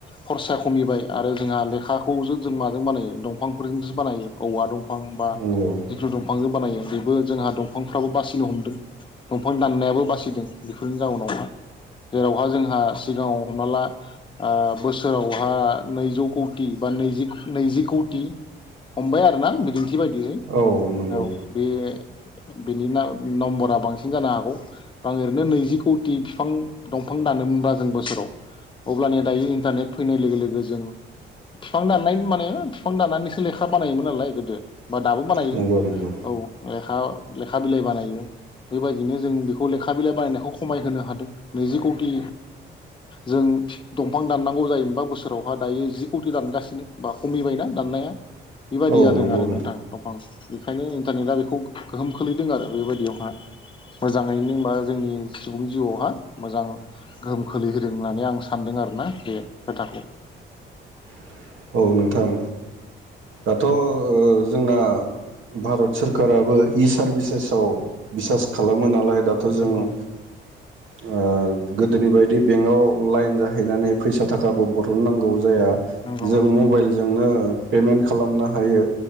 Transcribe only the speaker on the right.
नंगौ
औ नंगौ
नंगौ नंगौ
औ
नंगौ
औ नोंथां दाथ ओ ओ जोंना भारत सोरखाराबो इ सारभिसेसाव बिसास खालामो नालाय दाथ जों
उम ओ गोदोनि बायदि बेंकआव लाइन जाहैनानै फैसा थाखाबो बरन नांगौ जाया
मबाइलजों नो पेमेट खालामनो हायो